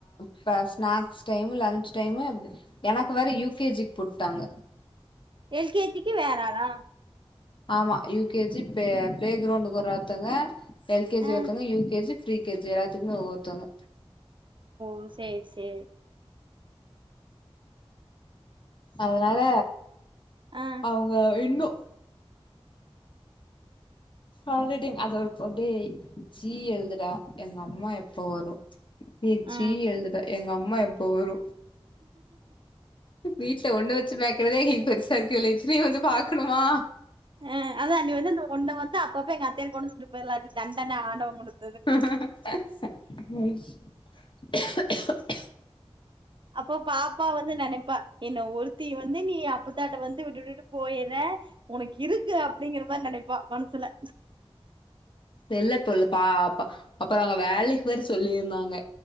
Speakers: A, on the left; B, on the right.
A: ஸ்ன ஸ்நேக்ஸ் டைம் லஞ்ச் டைமு எனக்கு வேற யூ கே ஜிக்கு போட்டாங்க
B: எல் கே ஜிக்கு வேற ஆளா
A: ஆமா யூ கே ஜி பே ப்ளே கிரௌண்ட்க்கு ஒருரத்தங்க எல் கே
B: அ
A: ஜி வெக்கணு U K G pre K G எல்லாத்துக்குமே ஒவ்வொருத்தங்க
B: ஒ சேர் சே
A: அதுனால
B: அ
A: அவுங்க இன்னு ஹாண்ரைட்டிங் அத ஒரு ப டே சீ எழுதுடா எங்கம்மா எப்ப வரு ஏ
B: அ
A: சீ எழுதுடா எங்கம் மா எப்ப வரு வீட்ல ஒன்னு வச்சு மேக்கிறதே பெருசா இருக்கு இதுல இத்தினிய வந்து பாக்கணுமா
B: ஆ அதா நீ வந்து இந்த ஒன்ன வந்து அப்பப்ப எங்க அத்தைய கொண்டந்து வுட்டுட் போயர்லாகு தண்டன ஆண்டவ கொடுத்
A: <inaudible>
B: அப்போ பாப் பா வந்து நெனைப்பா என்ன ஒரு த்திய வந்து நீ அப்பத்தாட்ட வந்து விட்டு விட்டுட்டு போயிற ஒனக்கு இருக்கு அப்டிங்கிற மாரி நெனைப்பா மனசுல
A: இல்ல தொல் பாப்பா அப்பற அங்க வேலைக்கு வேற சொல்லியிருந்தாங்க